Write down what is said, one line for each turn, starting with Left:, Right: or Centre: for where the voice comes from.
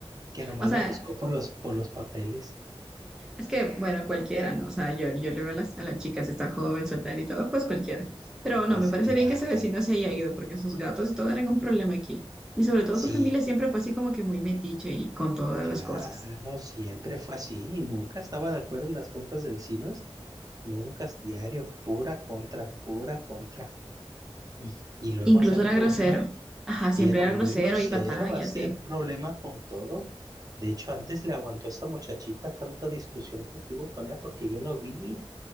Right: que nomás
Centre: o sea.
Right: lo buscó por los, por los papeles,
Centre: Es que, bueno, cualquiera, ¿no? O sea, yo, yo le veo a las, a las chicas, está joven, soltera y todo, pues cualquiera. Pero no,
Right: pues
Centre: me parece
Right: claro,
Centre: bien que ese vecino se haya ido, porque sus gatos y todo eran un problema aquí. Y sobre todo
Right: sí,
Centre: su familia siempre fue así como que muy metiche y con todas
Right: claro,
Centre: las cosas.
Right: siempre fue así, y nunca estaba de acuerdo en las juntas de vecinos, nunca, diario, pura contra, pura contra, y, y luego
Centre: Incluso
Right: hacer
Centre: era
Right: problema
Centre: grosero. Ajá, siempre
Right: Y era
Centre: era
Right: muy
Centre: grosero
Right: grosero
Centre: y patán
Right: hacer
Centre: y así.
Right: problemas con todo. De hecho, antes le aguantó a esa muchachita tanta discusión que tuvo con ella, porque yo lo vi,